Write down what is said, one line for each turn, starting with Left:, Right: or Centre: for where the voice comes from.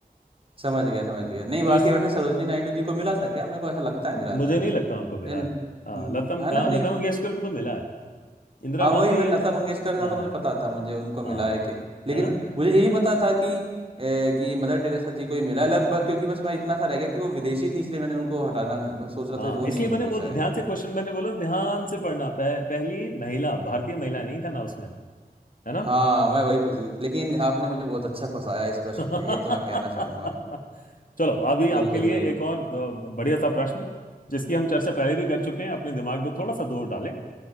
Right: समझ गया समझ गया नहीं बाकी
Left: तो इस
Right: वैसे सरोजनी नायडू जी को मिला था क्या मेरे को ऐसा लगता है मिला
Left: मुझे
Right: था
Left: नहीं लगता उनको मिला
Right: यार न-
Left: है हाँ
Right: न-
Left: लता हाँ,
Right: है ना नहीं
Left: लता मंगेशकर को तो मिला है इंदिरा
Right: हाँ
Left: गांधी
Right: वही मैं लता मंगेशकर का
Left: हाँ
Right: तो मुझे पता था मुझे उनको मिला
Left: हाँ
Right: है कि लेकिन
Left: है ना
Right: मुझे ये भी पता था कि ए, कि मदर टेरेसा जी को ही मिला है लब- ब- क्योंकि बस मैं इतना सा रह गया कि वो विदेशी थी इसलिए मैंने उनको हटाना मैं सोच रहा
Left: हाँ
Right: था कि वो नहीं
Left: इसलिए
Right: होगी
Left: मैंने वो
Right: शायद
Left: ध्यान से क्वेश्चन मैंने बोला ध्यान से पढ़ना पह, पहली महिला भारतीय महिला नहीं था ना उसमें ना है ना
Right: हाँ मैं वही फंस गई लेकिन आपने मुझे बहुत अच्छा फंसाया इस प्रश्न
Left: <laughs>
Right: में ये तो मैं कहना चाहूंगा
Left: चलो अभी
Right: बिल्कुल
Left: आपके लिए
Right: बिल्कुल
Left: एक और अ, बढ़िया सा प्रश्न जिसकी हम चर्चा पहले भी कर चुके हैं अपने दिमाग पे थोड़ा सा जोर डालें